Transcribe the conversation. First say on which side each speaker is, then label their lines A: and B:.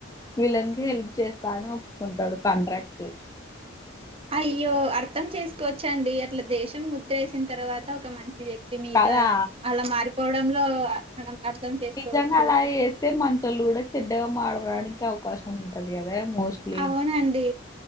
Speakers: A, on the left; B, on the right.
A: వీళ్ళకి హెల్ప్ చే తనే ఒప్పుకుంటాడు కాంట్రాక్ట్
B: అయ్యో అర్థం చేసుకోవచ్చండి అట్లా దేశం ముద్రేసిన తర్వాత ఒక మంచి వ్యక్తి వ్యక్తి మీద
A: కదా
B: అలా మారిపోవడంలో మనం అర్థం చేసుకోవచ్చు.
A: నిజంగా అలా వేస్తే మంచోళ్ళు కూడా చెడ్డగా మారడానికి అవకాశం ఉంటది కదా మోస్ట్లీ
B: అవునండి